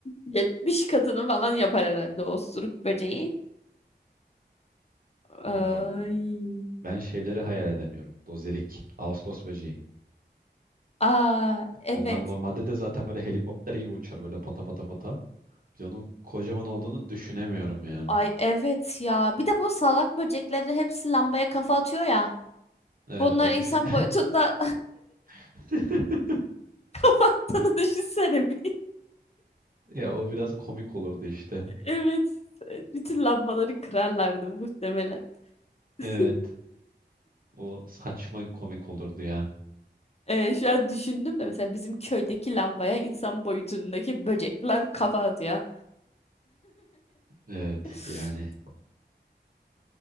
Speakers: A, on the left (about 35°); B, on the right (about 55°).
A: 70 katını falan yapar herhalde o osuruk böceği.
B: Hmm,
A: Ay.
B: Ben şeyleri hayal edemiyorum. Dozerik, Ağustos böceği.
A: Aa, evet.
B: Onlar normalde de zaten böyle helikopter gibi uçar böyle pata pata pata. Biz onun kocaman olduğunu düşünemiyorum yani.
A: Ay evet ya. Bir de bu salak böceklerin hepsi lambaya kafa atıyor ya.
B: Evet
A: Bunlar
B: o
A: insan
B: düşün...
A: boyutunda
B: <laughs>
A: <laughs> kafa attığını düşünsene bir.
B: Ya o biraz komik olurdu işte.
A: Evet. Bütün lambaları kırarlardı muhtemelen. <laughs>
B: Evet. O saçma komik olurdu ya.
A: Ee, şu an düşündüm de mesela bizim köydeki lambaya insan boyutundaki böcekler kafa atıyor.
B: Evet
A: <laughs>
B: yani